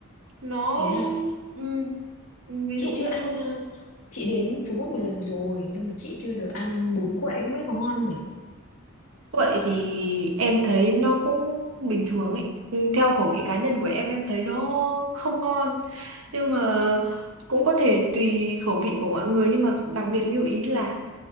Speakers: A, on the right (about 70°); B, on the left (about 75°).
A: Nó
B: thế à,
A: ừm, ví
B: chị
A: dụ như
B: chưa ăn ờ, chị đến Phú Quốc một lần rồi nhưng mà chị chưa được ăn bún quậy không biết có ngon không nhỉ?
A: vậy thì em thấy nó cũng bình thường ấy. Ừ, Theo khẩu vị cá nhân của em em thấy nó không ngon. nhưng mà cũng có thể tùy khẩu vị của mọi người nhưng mà đặc biệt lưu ý là